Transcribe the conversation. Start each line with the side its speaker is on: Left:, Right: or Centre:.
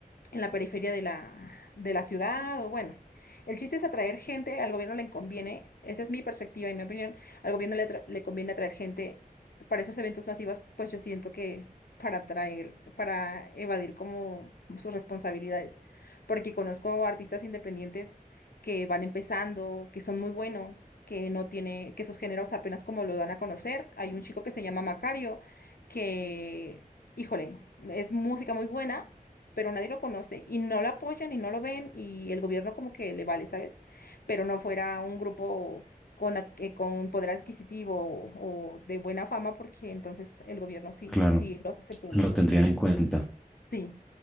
Left: en la periferia de la, de la ciudad o bueno. El chiste es atraer gente, al gobierno le conviene, esa es mi perspectiva y mi opinión, al gobierno le, atra- le conviene atraer gente para esos eventos masivos, pues yo siento que para atraer, para evadir como sus responsabilidades, porque conozco artistas independientes que van empezando, que son muy buenos, que no tiene, que sus géneros apenas como lo dan a conocer. Hay un chico que se llama Macario, que, híjole, es música muy buena pero nadie lo conoce y no lo apoyan y no lo ven y el gobierno como que le vale, ¿sabes? Pero no fuera un grupo con, ad- eh, con poder adquisitivo o, o de buena fama porque entonces el gobierno sí,
Centre: Claro,
Left: sí los hace públicos.
Centre: lo tendrían en cuenta.
Left: Sí,